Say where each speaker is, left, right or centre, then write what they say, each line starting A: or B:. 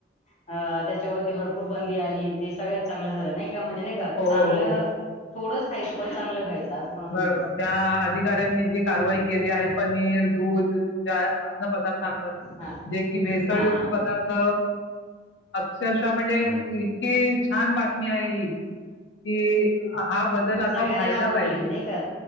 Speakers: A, on the left; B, on the left.
A: <unintelligible> त्याच्यावरती भरपूर बंदी आली ते सगळ्यात चांगलं झालं नाही का म्हणजे नाही का
B: हो
A: चांगलं
B: हो हो
A: थोडंच खायचं पण चांगलं खायचं असं मला म्हणायचं
B: बरोबर त्या अधिकाऱ्यांनी जी कारवाई केली आहे पनीर दूध अन्न ्वर
A: हा
B: जे की भेसळयुक्त
A: हा हा
B: पदार्थ अक्षरशः म्हणजे <unintelligible> इतकी छान बातमी आहे ही कि हा बदल आता
A: सगळ्यांना
B: व्हायला
A: आवडली
B: पाहिजे
A: नाही का